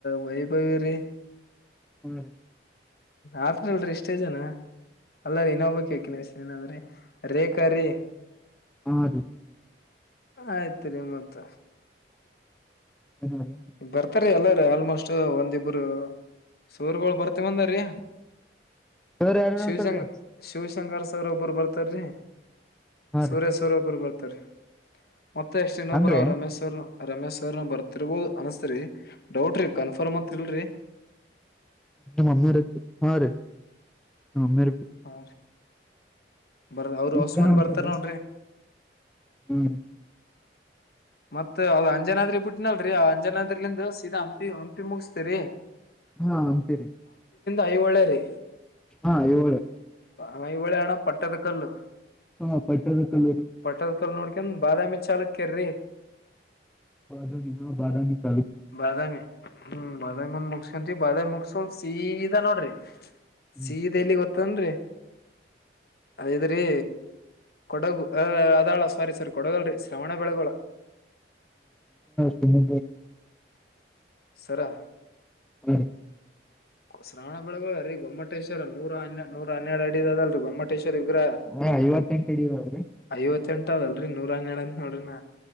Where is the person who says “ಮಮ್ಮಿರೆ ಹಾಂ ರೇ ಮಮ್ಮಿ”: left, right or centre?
Centre